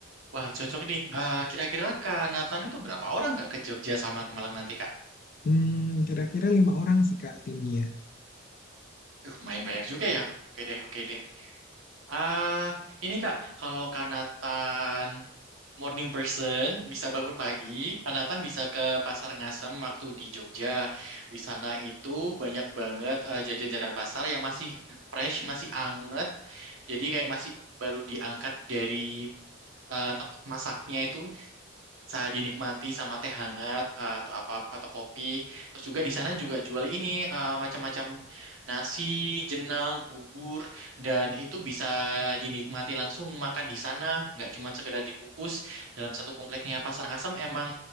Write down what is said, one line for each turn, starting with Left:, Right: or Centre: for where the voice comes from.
Right: Wah, cocok nih. Eh, kira-kira Kak Nathan itu berapa orang Kak ke Jogja sama ke Malang nanti Kak?
Left: Hmm, kira-kira lima orang sih Kak timnya.
Right: Uh, main banyak juga ya. Oke deh, oke deh. Ah, ini Kak, kalau Kak Nathan morning person bisa bangun pagi, Kak Nathan bisa ke Pasar Ngasem waktu di Jogja. Di sana itu banyak banget eh, jajan-jajan pasar yang masih fresh, masih anget. Jadi kayak masih baru diangkat dari eh, tempat masaknya itu Saat dinikmati sama teh hangat eh, atau apa atau kopi. Terus juga di sana juga jual ini eh, macam-macam nasi, jenang, bubur dan itu bisa dinikmati langsung makan di sana, nggak cuma sekedar dibungkus. Dalam satu kompleknya Pasar Ngasem emang